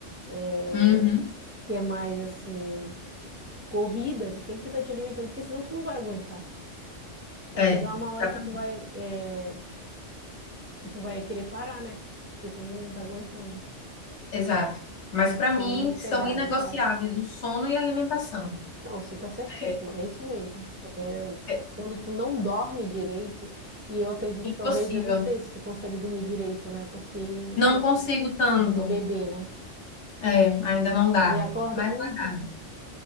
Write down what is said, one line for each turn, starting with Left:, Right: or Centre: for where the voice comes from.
Right: é,
Left: Uhum.
Right: que é mais assim corrida, tu tem que estar te alimentando, porque senão tu não vai aguentar. Vai
Left: É.
Right: chegar uma hora
Left: Dá
Right: que
Left: pra-
Right: tu vai é, que tu vai querer parar, né? Porque tu não tá aguentando.
Left: Exato. Mas
Right: A rotina
Left: pra mim
Right: é muito
Left: são
Right: pegada,
Left: inegociáveis
Right: sabe?
Left: o sono e a alimentação.
Right: Não, você tá certíssima,
Left: É
Right: é isso mesmo. É,
Left: é
Right: quando tu não dorme direito, e eu acredito,
Left: impossível.
Right: talvez, eu não sei se tu consegue dormir direito, né? Porque,
Left: Não consigo tanto.
Right: por causa do bebê, né?
Left: É, ainda não dá.
Right: Ele acorda
Left: Mas
Right: muito.
Left: vai